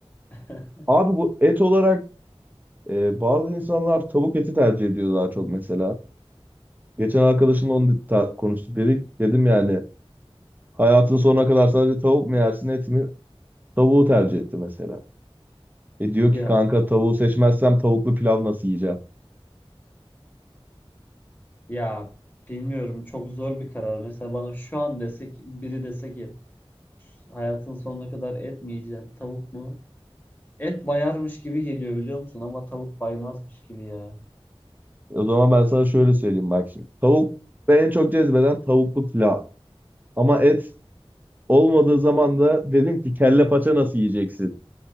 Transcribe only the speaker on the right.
Abi bu et olarak e, bazı insanlar tavuk eti tercih ediyor daha çok mesela. Geçen arkadaşımla onu ta- konuştuk dedik. Dedim yani hayatın sonuna kadar sadece tavuk mu yersin et mi? Tavuğu tercih etti mesela. E diyor
ki kanka tavuğu seçmezsem tavuklu pilav nasıl yiyeceğim?
E, O zaman ben sana şöyle söyleyeyim bak şimdi. Tavuk ve en çok cezbeden tavuklu pilav. Ama et olmadığı zaman da dedim ki kelle paça nasıl yiyeceksin?